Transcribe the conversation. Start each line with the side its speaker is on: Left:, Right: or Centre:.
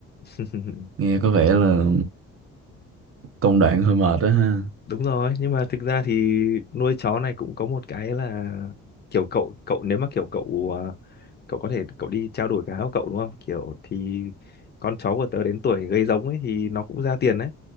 Left: <laughs>
Right: nghe có vẻ là công đoạn hơi mệt đó ha
Left: đúng rồi nhưng mà thực ra thì nuôi chó này cũng có một cái là kiểu cậu cậu nếu mà kiểu cậu à, cậu có thể cậu đi trao đổi cá của cậu đúng không kiểu thì con chó của tớ đến tuổi gây giống ấy thì nó cũng ra tiền đấy